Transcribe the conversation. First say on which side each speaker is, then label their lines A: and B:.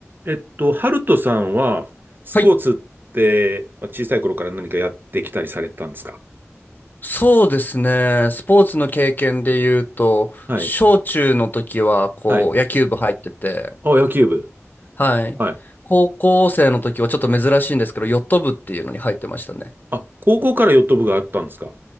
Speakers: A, on the right; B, on the left.
A: えっと、ハルトさんは、スポーツって、
B: はい、
A: まあ、小さい頃から何かやってきたりされてたんですか
B: そうですね。スポーツの経験で言うと、
A: はい。
B: 小中の時はこう野球部入ってて、
A: はい。あ、野球部。
B: はい。
A: はい。
B: 高校生の時はちょっと珍しいんですけど、ヨット部っていうのに入ってましたね。
A: あ、高校からヨット部があったんですか